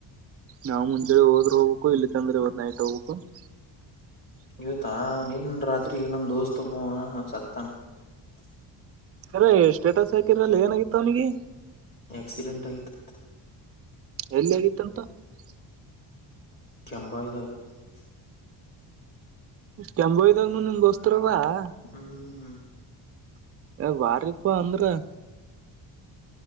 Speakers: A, on the right; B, on the left.
A: ನಾವು ಮುಂಜಳೆ ಹೋದ್ರರ ಹೋಗ್ಬೇಕು ಇಲ್ಲಿಕ್ಕಂದ್ರೆ ಇವತ್ತ ನೈಟ್ ಹೋಗ್ಬೇಕು. <unintelligible>
B: ಇವತ್ತಾ ನಿನ್ ರಾತ್ರಿ ನಮ್ ದೋಸ್ತ ಒಬ್ಬವ್ ಸತ್ತಾನ? <unintelligible>
A: ಕೆರೆ ಸ್ಟೇಟಸ್ ಹಾಕಿರಲ್ಲ ಏನಾಗಿತ್ತ ಅವ್ನಿಗೆ? <unintelligible>
B: ಆಕ್ಸಿಡೆಂಟ್ ಆಗಿತ್ತ ಅಂತ್, <unintelligible>
A: ಎಲ್ಲಿ ಆಗಿತ್ತಂತ. <unintelligible>
B: ಕೆಂಬವಿದಾಗ್? <unintelligible>
A: ಕೆಂಬಯ್ದಾಗ ನಿಮ್ ದೋಸ್ತರ ಅದಾ <unintelligible>
B: ಹೂ <unintelligible>
A: ಬಾರಿಪ್ಪ ಅಂದ್ರ? <unintelligible>